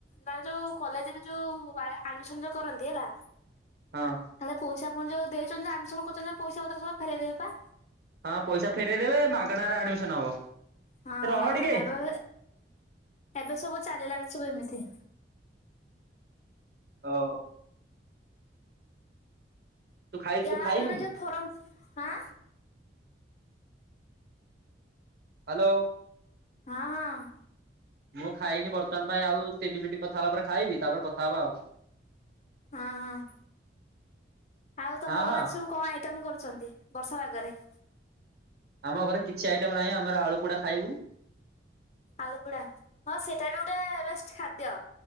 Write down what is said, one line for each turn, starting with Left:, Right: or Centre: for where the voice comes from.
Left: ମାନେ ଯୋଉ କଲେଜରେ ଯୋଉ ଆଡମିସନ ଯୋଉ କରନ୍ତି ହେଲା।
Right: ହଁ।
Left: ତାେଲେ ପଇସାପଣ ଯୋଉ ଦେଇଛନ୍ତି ଆଡମିସନ କରିୁଛନ୍ତି ପଇସା ପତ୍ର ସବ ଫୋଇ ଦେଇବା।
Right: ହଁ ପଇସା ଫେରଇ ଦେେବେ ମାଗଣା ରେ ଆଡମିସନ ହବ।
Left: ହଁ
Right: ରହ
Left: ହଁ
Right: ଟିକେ
Left: ଏବେ ଏବେ ସବୁ ଚାଲିଲାନି ସବୁ ଏମିତି
Right: ଓ। ତୁ ଖାଇ
Left: ଯାହା
Right: ତୁ ଖାଇନୁ
Left: ମାନେ
Right: କି
Left: ଯୋଉ ଫରମ--ହଁ।
Right: ହ୍ୟାଲୋ।
Left: ହଁ ହଁ।
Right: ମୁଁ ଖାଇନି ବର୍ତ୍ତମାନ ପାଇଁ ଆଉ ତିନି ମିନିଟ୍ କଥା ହେଲା ପରେ ଖାଇବି ତାପରେ କଥା ହବା ଆଉ।
Left: ହଁ ହଁ। ଆଉ ତମ
Right: ହଁ
Left: ଘର
Right: ହଁ
Left: ଆଜି ସବୁ କଣ ଆଇଟମ କରୁଛନ୍ତି ବର୍ଷା ଆାଗରେ।
Right: ଆମ ଘରେ କିଛି ଆଇଟମ ନାହିଁ ଆମର ଆଳୁ ପୋଡା ଖାଇବୁ।
Left: ଆଳୁପୋଡା ହଁ ସେଇଟା ବି ଗୋଟେ ବେଷ୍ଟ ଖାଦ୍ୟ